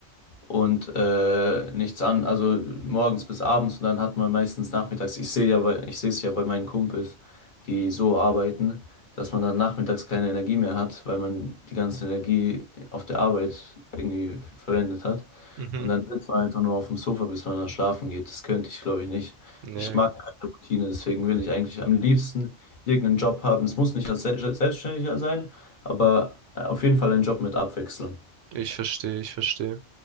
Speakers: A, on the left; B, on the right.
A: und äh, nichts an, also morgens bis abends und dann hat man meistens nachmittags, ich sehe ja bei, ich sehe es ja bei meinen Kumpels, die so arbeiten, dass man dann nachmittags keine Energie mehr hat, weil man die ganze Energie auf der Arbeit irgendwie verwendet hat.
B: Mhm.
A: Und dann sitzt man einfach nur auf dem Sofa, bis man dann schlafen geht. Das könnte ich, glaube ich, nicht.
B: Ja,
A: Ich mag keine Routine, deswegen will ich eigentlich am liebsten irgendeinen Job haben. Es muss nicht als Sel- Selbstständiger sein, aber äh, auf jeden Fall ein Job mit Abwechslung.
B: ich verstehe, ich verstehe.